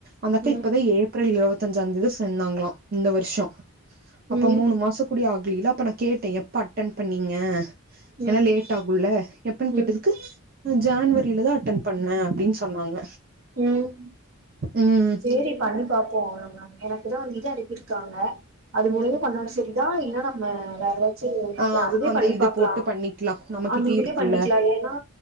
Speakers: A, on the right; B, on the right.
A: அந்த அக்கா
B: ம்
A: இப்பவே ஏப்ரல் இருவத் தஞ்சாஞ்தேதி சேந்தாங்களா இந்த வர்ஷோ அப்போ
B: ம்
A: மூனு மாசோ கூடி ஆக்லில்ல ப்ப நா கேட்டே எப்ப அட்டன் பண்ணீங்க
B: ம்
A: ஏனா லேட் ஆகு இல்ல எப்பன்
B: ம்
A: கேட்டதுக்கு அ ஜேன்வரிலதா அட்டென் பண்ண அப்டின் சொன்னாங்க
B: ம்
A: ம்
B: சேரி பண்ணி பாப்போ நம்ம எனக்கு தா அந் இது அனுப்பிர்க்காங்க அது மூலியமா பண்ணாலு செரி தா இல்லனா ம எல்லாருமே சேர்
A: ஆ
B: ஏ அதுவே
A: அந்த
B: பண்ணி
A: இது
B: பாக்லா
A: போட்டு பண்ணிக்கலா நம்மகிட்டயே
B: அந்த இதுலியே
A: இருக்குல்ல
B: பண்ணிக்லா ஏன்னா